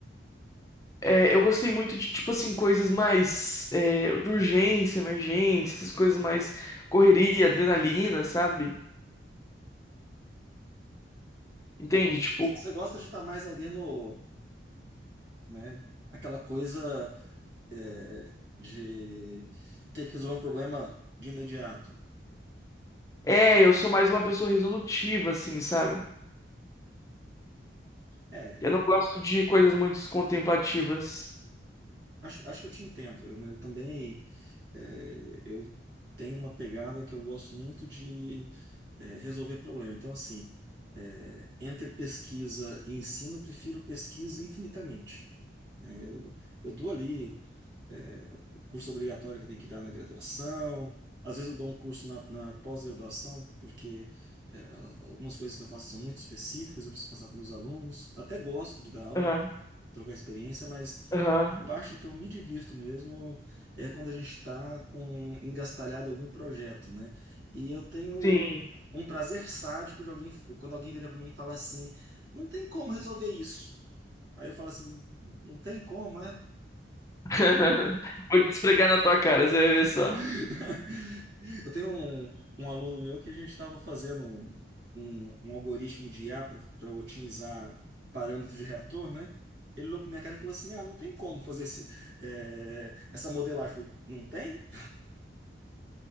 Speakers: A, on the left (about 15°); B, on the right (about 70°).
A: é, eu gostei muito de, tipo assim, coisas mais. é, de urgência, emergência, essas coisas mais correria, adrenalina, sabe? Entende?
B: Ah, então,
A: Tipo,
B: você gosta de estar mais ali no, né? Aquela coisa, é, de ter que resolver um problema de imediato.
A: é, eu sou mais uma pessoa resolutiva, assim, sabe?
B: É,
A: Eu
B: eu.
A: não gosto de coisas muito contemplativas.
B: Acho, acho que eu te entendo. Eu, eu também é, eu tenho uma pegada que eu gosto muito de é, resolver problema. Então, assim, é, entre pesquisa e ensino, eu prefiro pesquisa infinitamente. né? eu, eu dou ali é, o curso obrigatório que eu tenho que dar na graduação. Às vezes eu dou um curso na, na pós-graduação, porque é, algumas coisas que eu faço são muito específicas, eu preciso passar para meus alunos. Até gosto de dar aula,
A: Aham,
B: trocar experiência, mas
A: aham,
B: a parte que eu me divirto mesmo é quando a gente está com engastalhado em algum projeto, né? E eu tenho
A: sim.
B: um prazer sádico de alguém quando alguém vira para mim e fala assim: "Não tem como resolver isso". Aí eu falo assim: "Não tem como, é?"
A: <laughs> Vou te esfregar na tua cara, você vai ver só.
B: <laughs> Eu tenho um, um aluno meu que a gente estava fazendo um, um, um algoritmo de IA para otimizar parâmetros de reator, né? Ele olhou para minha cara e falou assim: Ah, não tem como fazer esse, eh, essa modelagem. Eu falei, não tem?